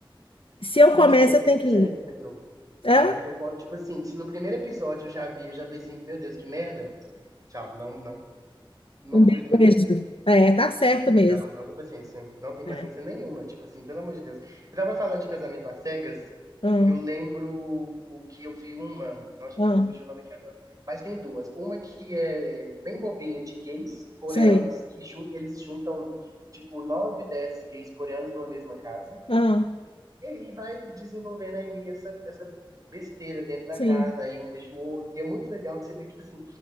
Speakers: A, on the left (about 80°); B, on the right (about 40°).
A: Se eu
B: Eu
A: começo,
B: sou, que
A: eu tenho
B: 100%.
A: que ir. Hã?
B: Não, eu posso, tipo assim, se no primeiro episódio eu já vi, eu já falei assim, meu Deus, que merda. Tchau, não, não, não
A: Um
B: vou
A: beijo.
B: perder meu tempo.
A: É, tá certo mesmo.
B: Não, não dou paciência. Não tenho
A: É.
B: paciência nenhuma. Tipo assim, pelo amor de Deus. Você tava falando de casamento às cegas.
A: Ah,
B: Eu lembro que eu vi uma. Nossa, gente,
A: ah,
B: me fugiu o nome aqui agora. Mas tem duas. Uma que é bem bobinha, de gays coreanos,
A: sei.
B: que jun- eles juntam, tipo, nove, dez gays coreanos numa mesma casa.
A: Ah,
B: E aí vai desenvolvendo aí essa, essa besteira dentro da
A: sim.
B: casa, aí um beijo o outro. E é muito legal que você vê, tipo assim,